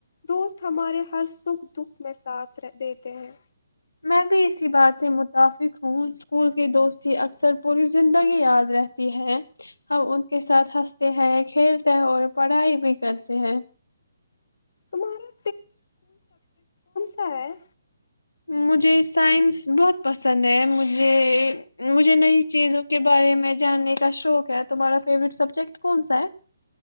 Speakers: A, on the left; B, on the left.
A: دوست ہمارے ہر سکھ دکھ میں ساتھ دیتے ہیں
B: میں بھی اسی بات سے متفق ہوں اسکول کی دوستی اکثر پوری زندگی یاد رہتی ہے ہم ان کے ساتھ ہنستے ہیں کھیلتے ہیں اور پڑھائی بھی کرتے ہیں
A: تمہارا س <unintelligible>
B: مجھے سائنس بہت پسند ہے مجھے مجھے نئی چیزوں کے بارے میں جاننے کا شوق ہے تمہارا فیوریٹ سبجیکٹ کون سا ہے